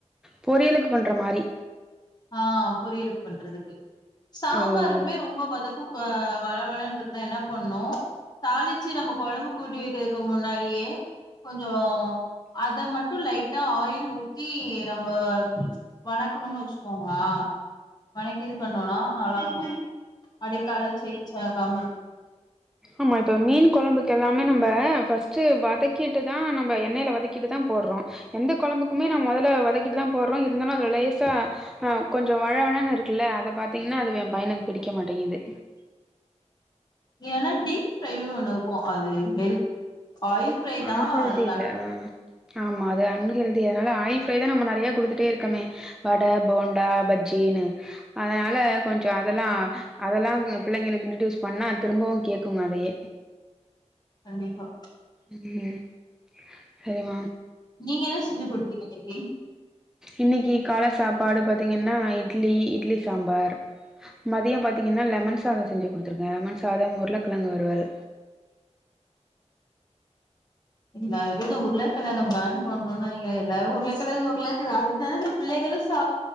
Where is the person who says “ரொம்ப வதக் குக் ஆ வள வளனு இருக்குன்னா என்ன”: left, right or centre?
Left